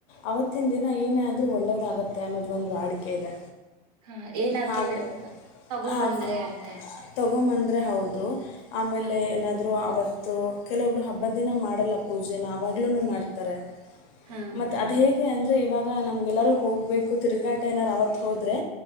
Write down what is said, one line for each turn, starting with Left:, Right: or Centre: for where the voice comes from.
Left: ಆವತ್ತಿನ ದಿನ ಏನೇ ಆದರೂ ಒಳ್ಳೆಯದಾಗುತ್ತೆ ಅನ್ನೋದ್ ಒಂದು ವಾಡಿಕೆ ಇದೆ,
Right: ಹಾ ಏನಾದ್ರೂ
Left: ಹಾಗೆ
Right: ತಗೊಂಬಂದ್ರೆ
Left: ಆಫ
Right: ಅಂತ
Left: ತಗೊಂಬಂದ್ರೆ ಹೌದು. ದ <unintelligible> ಆಮೇಲೆ
Right: ಹ
Left: ಏನಾದರೂ ಆವತ್ <unintelligible> <unintelligible> ಕೆಲವೊಬ್ರು ಹಬ್ಬದ ದಿನ ಮಾಡಲ್ಲ ಪೂಜೆನ ಇಲ್ಲೂನೂ ಮಾಡ್ತಾರೆ.
Right: ಹಾ
Left: ಮತ್
Right: ಅಕ್ಕ
Left: ಅದು ಹೇಗೆ ಅಂದ್ರೆ ಈವಾಗ ನಮಗೆಲ್ಲಾರೂ ಹೋಗ್ಬೇಕು ತಿರ್ಗಾಟ ಏನಾದ್ರೂ ಆವತ್ ಹೋದ್ರೆ